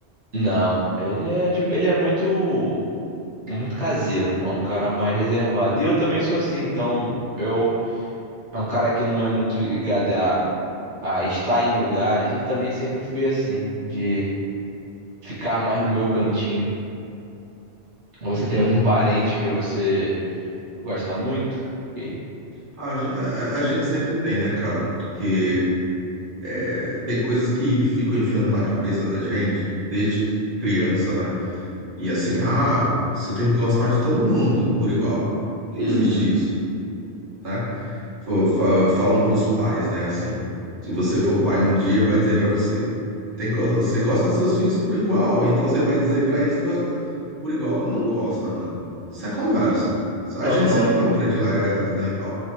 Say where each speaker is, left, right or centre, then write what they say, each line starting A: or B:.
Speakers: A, on the right (about 90°); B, on the right (about 45°).
A: Não, ele é de, ele é muito muito caseiro, é um cara mais reservado. E eu também sou assim, então eu é um cara que não é muito ligado a, a estar em lugares. Eu também sempre fui assim, de ficar mais no meu cantinho. Você tem
B: Hum.
A: algum parente que você gosta muito? E...
B: Ah, A, gen- a- a- a gente sempre tem, né, cara? Porque é, tem coisas que ficam enfiando na cabeça da gente desde criança, né? E assim, ah, você tem que gostar de todo mundo por igual. Não existe
A: Uhum.
B: isso, né? Fo- fa- Falam para os pais, né? Assim, se você for pai um dia, vai dizer para você, tem, go- você gosta dos seus filhos por igual, então você vai dizer para eles que gosta por igual. Não gosta, mano. Isso é conversa. A
A: Aham.
B: gente sempre tem um predileto, né, e tal.